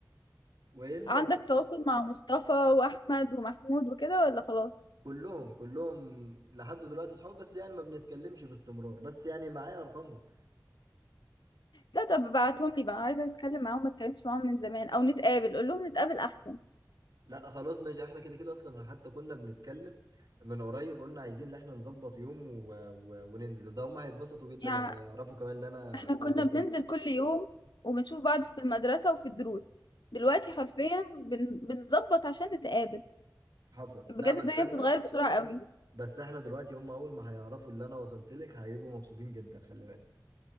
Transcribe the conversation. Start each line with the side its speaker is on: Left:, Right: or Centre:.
Right: والا
Left: عندك تواصل مع مصطفى واحمد ومحمود وكده ولا خلاص
Right: كلهم كلهم لحد دلوقتي صحاب بس يعني ما بنتكلمش باستمرار بس يعني معايا ارقامهم
Left: لا طب ابعتهم لي بقى عايزه اتكلم معاهم ما اتكلمتش معاهم من زمان او نتقابل قول لهم نتقابل احسن
Right: لا خلاص ماشي احنا كده كده اصلا حتى كنا بنتكلم من قريب قلنا عايزين ان احنا نظبط يوم و... و... وننزل ده هم هيتبسطوا جدا
Left: يعني
Right: لما يعرفوا كمان اللي انا
Left: احنا
Right: وصلت
Left: كنا بننزل
Right: لك
Left: كل يوم وبنشوف بعض في المدرسه وفي الدروس دلوقتي حرفيا بن... بنظبط عشان نتقابل
Right: حصل لا
Left: بجد
Right: بس
Left: الدنيا
Right: احنا
Left: بتتغير بسرعه قوي
Right: بس احنا دلوقتي هم اول ما هيعرفوا اللي انا وصلت لك هيبقوا مبسوطين جدا خلي بالك